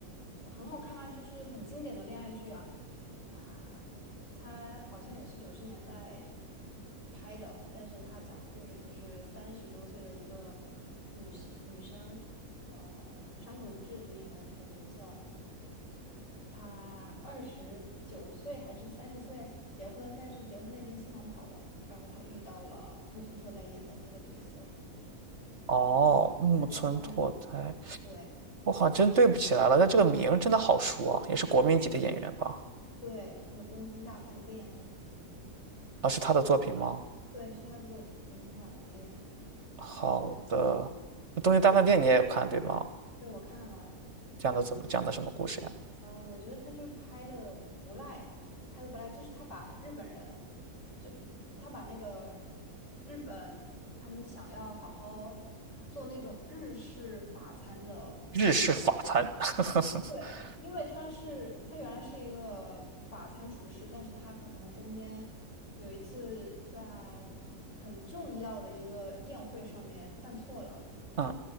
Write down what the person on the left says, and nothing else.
很好看啊，就是很经典的恋爱剧啊啊，他好像也是九十年代拍的，但是他讲的故事就是三十多岁的一个女性女生，呃，山口智子演的那个角色，她二十九岁还是三十岁结婚，但是结婚那天新郎跑了，然后她遇到了木村拓哉演的那个角色，
他们。他们对。
对，还有《东京大饭店》，
对，是他的作品《东京大饭店》。
对，我看了，
呃，我觉得他就拍的不赖，拍的不赖，就是他把日本人，就他把那个日日本他们想要好好做那种日式法餐的，
对，因为他是他原来是一个法餐厨师，但是他可能中间有一次在很重要的一个宴会上面犯错了。